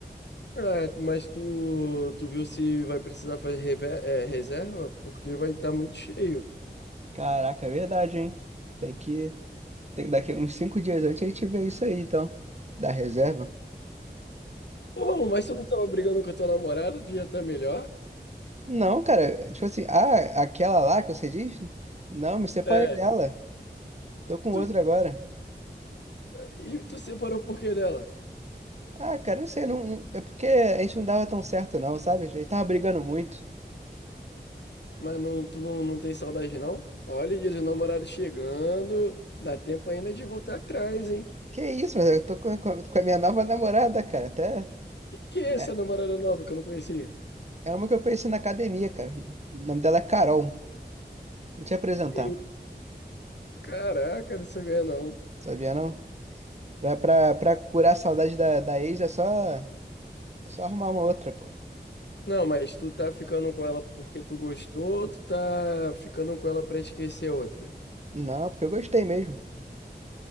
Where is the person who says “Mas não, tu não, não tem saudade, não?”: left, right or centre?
Left